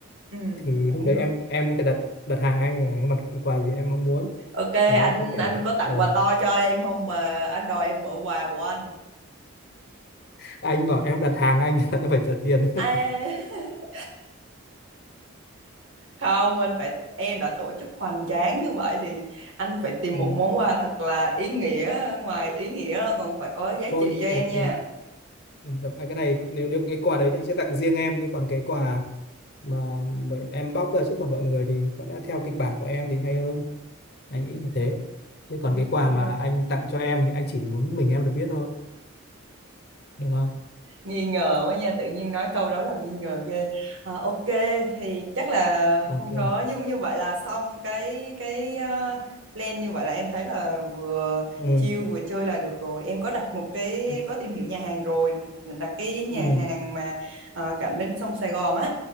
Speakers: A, on the right (about 65°); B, on the left (about 50°).
A: Ừ,
B: thì
A: cũng
B: lúc đấy
A: được.
B: em em có thể đặt đặt hàng anh là cái mặt hàng quà gì em mong muốn
A: Ok,
B: thì nó
A: anh
B: có thể
A: anh có tặng
B: ờ,
A: quà to cho em không mà anh đòi em mở quà của anh?
B: À, anh bảo em đặt hàng anh <laughs> em phải trả tiền đấy
A: À, <laughs> không anh phải em đã tổ chức hoành tráng như vậy thì anh phải tìm
B: ừ.
A: một món quà thật là ý nghĩa ngoài ý nghĩa còn phải có giá
B: thôi
A: trị cho em
B: ok
A: nha
B: yên tâm à, cái này nếu nếu cái quà đấy thì anh sẽ tặng riêng em thế còn cái quà mà mà em bóc ra trước mặt mọi người thì có lẽ theo kịch bản của em thì hay hơn anh nghĩ là thế thế còn
A: ok
B: cái quà mà anh tặng cho em thì anh chỉ muốn mình em được biết thôi được không
A: nghi ngờ quá nha tự nhiên nói câu đó làm nghi ngờ ghê à, ok thì chắc là
B: ok
A: hôm đó như như vậy là xong cái cái ờ, plan như vậy là em thấy là vừa
B: ừ
A: chill vừa chơi là được rồi em có đặt một cái
B: ừ
A: có tìm hiểu nhà hàng rồi định đặt cái nhà
B: ừ
A: hàng mà ờ, cạnh bên sông Sài Gòn á